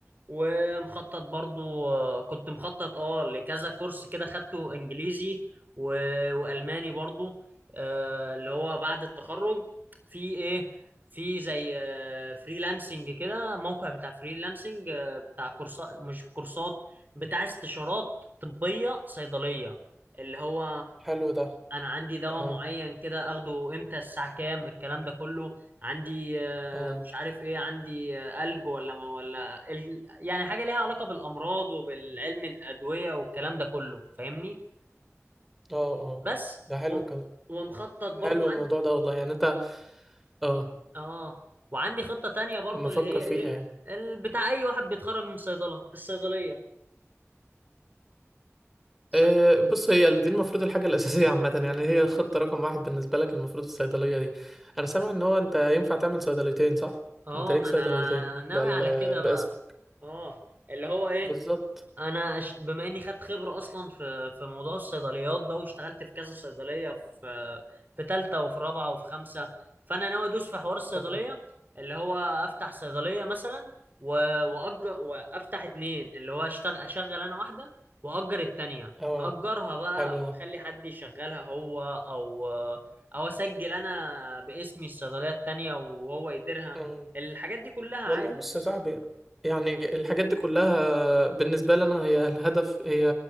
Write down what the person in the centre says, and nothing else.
حلو ده
اه
اه
اه اه
ده حلو
كان
حلو الموضوع
ده والله يعني انت اه
مفكر
فيها
يعني
أه بص هي دي المفروض الحاجة الأساسية <laughs> عامة يعني هي الخطة رقم واحد بالنسبة لك المفروض الصيدلية دي أنا سامع إن هو أنت ينفع تعمل صيدليتين صح؟
أنت ليك
صيدليتين
بال...
باسمك
بالظبط
اه
آه،
حلو
ده
والله
بص يا صاحبي يعني الحاجات دي كلها بالنسبة لنا هي الهدف هي